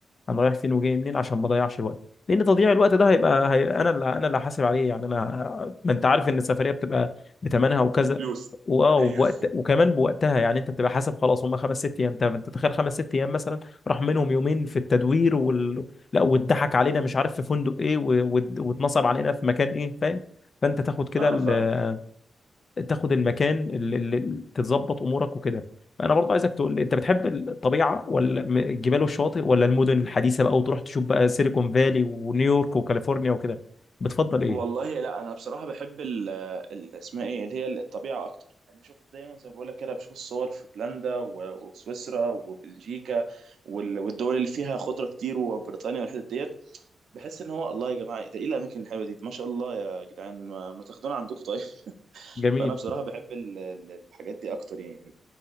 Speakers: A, on the left; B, on the right.
A: انا رايح فين وجاي منين عشان ما اضيعش الوقت لان تضييع الوقت ده هيبقى, هيبقى انا اللي انا اللي هحاسب عليه يعني انا ما انت عارف ان السفريه بتبقى بثمنها وكذا
B: بفلوس
A: واه ووقت
B: <laughs> ايوه
A: وكمان بوقتها يعني انت بتبقى حاسب خلاص هم خمس ست ايام طب انت تخيل خمس ست ايام مثلا راح منهم يومين في التدوير لا واتضحك علينا مش عارف في فندق ايه و- وات- واتنصب علينا في مكان ايه فاهم فانت تاخد كده
B: اه
A: ال-
B: فاهم
A: تاخد المكان اللي اللي تتظبط امورك وكده انا برضه عايزك تقول لي انت بتحب الطبيعه ولا م- الجبال والشواطئ ولا المدن الحديثه بقى وتروح تشوف بقى سيليكون فالي ونيويورك وكاليفورنيا وكده بتفضل ايه
B: والله لا انا بصراحه بحب ال ال- اسمها ايه اللي هي الطبيعه اكتر يعني شوف دايما زي ما بقول لك كده بشوف الصور في هولندا و- وسويسرا وبلجيكا وال- والدول اللي فيها خضره كتير وبريطانيا والحتت ديت بحس ان هو الله يا جماعه ده ايه الاماكن الحلوه دي ما شاء الله يا جدعان ما ما تاخدونا عندكم طيب <laughs>
A: جميل
B: فانا بصراحه بحب ال- ال- الحاجات دي اكتر يعني